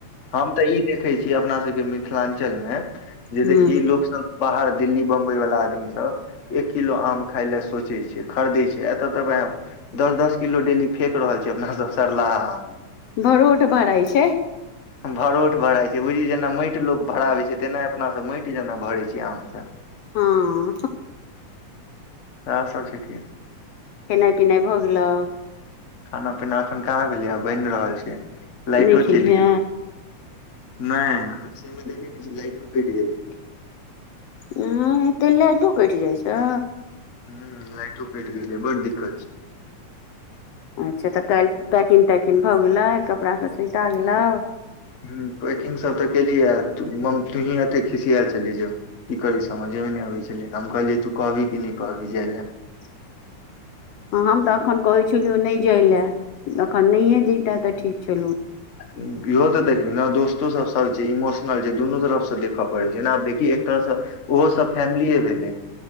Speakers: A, on the left; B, on the left.
A: हम तऽ ई देखैत छी अपना सबके मिथिलाञ्चल मे जे
B: हूँ
A: देखिय लोकसब बाहर दिल्ली बम्बई वला आदमी सब एक किलो आम खाई ल सोच छै खरदै छै एतअ त बाई द दस दस किलो डेली फेक रहल छिये अपना सब सरलाहा आम
B: भरोट भराई छै
A: भरोठ भराइ छै बुझिय जेना माटि लोक भराबै छै तेना अपनासँ माटि जेना भरै छी आम सब
B: हाँ
A: सैह सब ठीके
B: खेनाई पिनाई भऽ गेलौ
A: खाना पीना एखन कहाँ भेलै आ बइन रहल छै लाइटो
B: नहि खेलिहे
A: चलि गेल नहि आ सेमे देखै नहि छी लाइटो कटि गेलै
B: हे तऽ लेटो तो कठि जाइ छउ
A: ह लाइटो फेट गेलै बड़ दिक्कत छै
B: अच्छा तऽ कहिल पैकिंग तैकिंग भऽ गेलै कपड़ाभ सेता गेलउ
A: ह पैकिंग सब तऽ केली ह मम तुही अते खिसियाल छलहि जे की करी समझ नइ अबै छलै हम कहलियै तू कहबी कि नहि कहबी जाय लए
B: <inaudible> हम तऽ एखन कहै छलियौ नहि जाय लए एखन नहिए जैते तऽ ठीक छलहुँ
A: इहो तऽ देखबै ने दोस्तो सब सब छै इमोशनल छै दुनू तरफसँ देखऽ पड़े छै ने अब देख कि एक तरहसँ ओहो सब फैमलीए भेलै